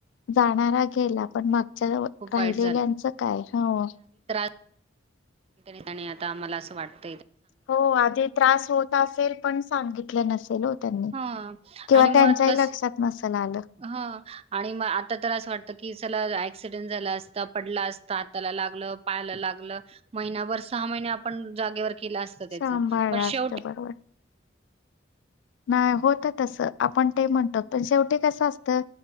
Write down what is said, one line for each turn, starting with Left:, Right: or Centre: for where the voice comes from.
Left: जाणारा गेला, पण मग <unintelligible>
Right: खूप
Left: राहिलेल्यांचं
Right: वाईट
Left: काय <unintelligible>
Right: <unintelligible> तरी आणि आता आम्हाला अस वाटत
Left: हो, आधी त्रास होत असेल पण सांगित नसेल हो त्यांनी
Right: ह
Left: किंवा
Right: आणि मुळात
Left: त्यांच्याही
Right: कस
Left: लक्षात नसेल आलं
Right: ह आणि म आता तर असं वाटत की समजा एखादा ॲक्सिडेंट झाला असता पडला असता हाताला लागलं पायाला लागलं महिनाभर सहा महिने आपण जागेवर असत त्याच
Left: सांभाळलं
Right: पण
Left: असत
Right: शेवटी
Left: बरोबर नाही होत तसं आपण ते म्हणतो पण शेवटी कसं असतं